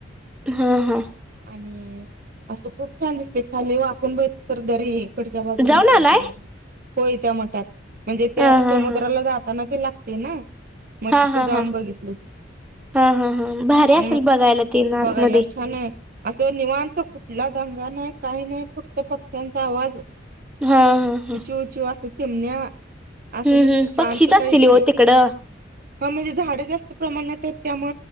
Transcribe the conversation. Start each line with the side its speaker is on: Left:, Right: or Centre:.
Centre: हा हा.
Right: आणि असं खूप छान दिसते खाली वापून बघीतल तर दरी. इकडच्या बाजूला
Centre: जाऊन
Right: इकडच्या
Centre: आलाय
Right: बाजूला होय त्या मठात म्हणजे त्या
Centre: हा
Right: समुद्राला
Centre: हा हा
Right: जाताना ते लाग ते ना मग
Centre: हा
Right: तिथं
Centre: हा
Right: जाऊन
Centre: हा
Right: बघितलं ते.
Centre: हा हा हा भारी
Right: आणि
Centre: असेल
Right: मग
Centre: बघायला तेन
Right: बघायला
Centre: आतमध्ये
Right: छान आहे. असं निवांतो कुठला दंगा नाही काही नाही फक्त पक्ष्यांचा आवाज
Centre: हा हा हा.
Right: अस चिमण्या असं
Centre: हम्म
Right: नुसत
Centre: हम्म
Right: शांतता
Centre: पक्षीच असतील
Right: इतके
Centre: हो तिकडं
Right: ह म्हणजे झाडे जास्त प्रमाणात आहेत त्यामु